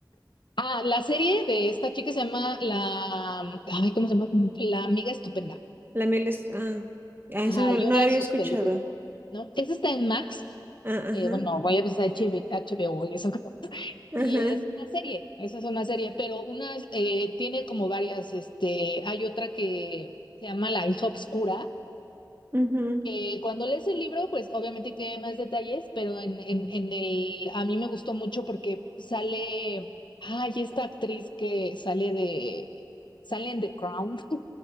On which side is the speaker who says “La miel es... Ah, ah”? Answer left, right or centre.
Right